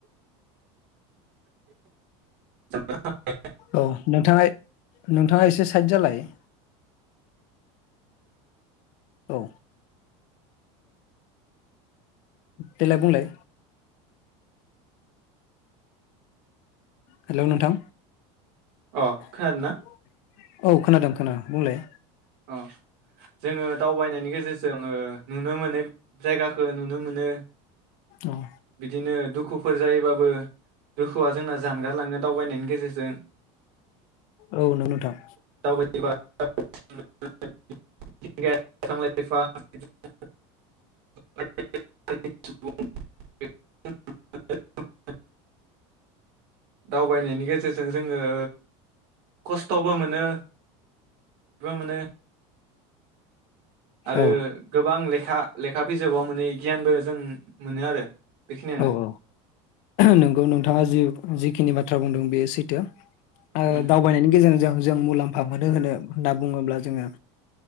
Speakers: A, on the right; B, on the left.
A: <unintelligible>
B: औ नोंथाङा नोंथाङा एसे साइद जालाय। <inaudible> औ देलाय बुंलाय हेलौ नोंथां <inaudible>
A: अ खोनादोंना
B: औ खोनादों खोनो बुंलाय
A: अ जोङो दावबायनायनि गेजेरजों ओ नुनो मोननाय जायगाखौ नुनो मोनो
B: औ
A: बिदिनो दुखु दुखुफोर जायोबाबो दुखुआ जोंना जानगारलांनो दावबायनायनि गेजेरजों
B: औ नोंथां
A: <unintelligible> मिथिंगायारि बिफां लाइफां <unintelligible> <unintelligible> <unintelligible> दावबायनायनि गेजेरजों जों ओ खस्थ'बो मोनो बिबा मोनो, आरो
B: औ
A: गोबां लेखा लेखा बिजाबाव मोनो, गियानबो जों मोनो आरो बेखिनियानो
B: औ औ नंगौ नोंथाङा जि जिखिनि बा थ्रा बुंदों बेयो सैथो ओ
A: उम
B: दावबायनायनि गेजेरजों, जों मुलाम्फा मोनो होनो होनना बुङोब्ला जोङो